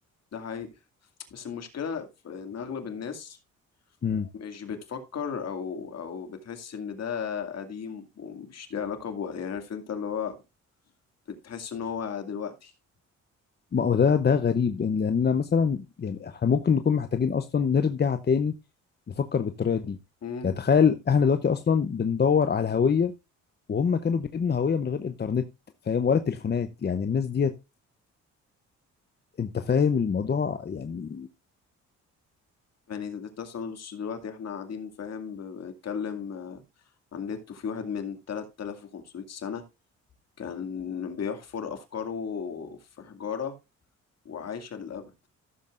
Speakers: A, on the left (about 55°); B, on the left (about 35°).
A: ده حقيقي بس المشكلة في إن أغلب الناس
B: امم
A: مش بتفكر أو أو بتحس إن ده قديم ومش ليه علاقة بوقت يعني عارف أنت اللي هو بتحس إن هو دلوقتي
B: ما هو ده ده غريب إن- لاننا مثلا يعني احنا ممكن نكون محتاجين اصلا نرجع تاني نفكر بالطريقه دي
A: مم.
B: يعني تخيل احنا دلوقتي اصلا بندور على هويه وهم كانوا بيبنوا هويه من غير انترنت فاهم ولا تليفونات يعني الناس ديت انت فاهم الموضوع يعني
A: يعني أنت أصلا بس دلوقتي إحنا قاعدين فاهم بنتكلم آه، عن النت وفي واحد من 3500 سنة كان بيحفر أفكاره في حجارة وعايشة للأبد